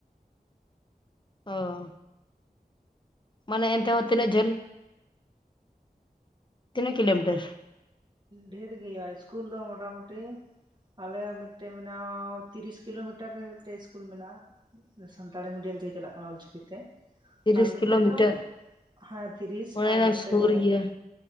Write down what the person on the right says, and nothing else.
ᱰᱷᱮᱨᱜᱮᱭᱼᱟ ᱥᱤᱥᱠᱩᱞ ᱫᱚ ᱢᱚᱴᱟᱢᱩᱴᱤ ᱟᱞᱮᱭᱟᱜ ᱢᱤᱫᱴᱮᱡ ᱢᱮᱱᱟᱜᱼᱟ ᱛᱤᱨᱤᱥ ᱠᱤᱞᱳᱢᱤᱴᱟᱨ ᱨᱮ ᱢᱤᱫᱴᱮᱡ ᱤᱥᱠᱩᱞ ᱢᱮᱱᱟᱜᱼᱟ ᱥᱟᱱᱛᱟᱲᱤ ᱢᱤᱰᱤᱭᱟᱢ ᱛᱮ ᱪᱟᱞᱟᱜ ᱠᱟᱱᱟ ᱚᱞ ᱪᱤᱠᱤ ᱛᱮ
ᱟᱨ ᱢᱤᱫᱴᱮᱱ
ᱫᱚ ᱦᱮᱸ ᱛᱤᱨᱤᱥ
ᱟᱨ
ᱢᱤᱫᱴᱮᱱ
ᱫᱚ